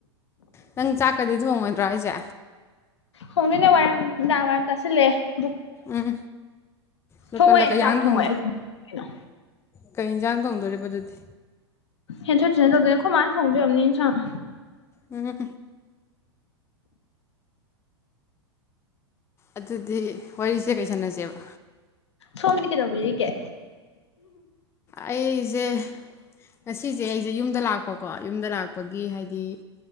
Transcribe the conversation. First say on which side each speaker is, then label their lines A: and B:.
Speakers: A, on the left (about 15°); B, on the left (about 75°).
A: ꯅꯪ ꯆꯥꯛꯀꯗꯤ ꯊꯣꯡꯉꯣꯏꯗ꯭ꯔꯣ ꯑꯥꯏꯁꯦ
B: ꯍꯨꯅꯅꯦ ꯋꯥꯔꯝ ꯅ ꯋꯥꯔꯝ ꯇ ꯑꯥꯁꯦ <unintelligible>
A: ꯎꯝ ꯗꯨꯛ
B: ꯊꯣꯡꯉꯣꯏ
A: ꯀꯜꯂ ꯀꯩꯌꯥꯡ
B: ꯆꯥꯛ ꯊꯣꯡꯉꯣꯏ
A: ꯊꫭꯡ
B: ꯑꯩ ꯀꯩꯅꯣ
A: ꯀꯩ ꯌꯦꯟꯁꯥꯡ ꯊꯣꯡꯗꯣꯔꯤꯕ ꯑꯗꯨꯗꯤ
B: ꯍꯦꯟꯊꯣꯛ ꯇꯨꯏꯁꯟ ꯂꫭꯏꯕꯩ ꯑꯈꫭꯏ ꯃꯥꯅ ꯊꯣꯡꯗꯣꯏꯑꫭꯔꯝꯅꯤ ꯏꯟꯁꯥꯡ
A: ꯎꯝ ꯑꯗꯨꯗꯤ ꯋꯥꯔꯤꯁꯦ ꯀꯩ ꯁꯥꯟꯅꯁꯦꯕ
B: ꯁꯣꯝꯗꯤ ꯀꯩꯗꯧꯕꯤꯔꯤꯒ‌ꯦ
A: ꯑꯩꯖ‌ꯦ ꯉꯁꯤꯖ‌ꯦ ꯑꯩꯖ‌ꯦ ꯌꯨꯝꯗ ꯂꯥꯛꯄꯀꯣ ꯌꯨꯝꯗ ꯂꯥꯛꯄꯒꯤ ꯍꯥꯏꯗꯤ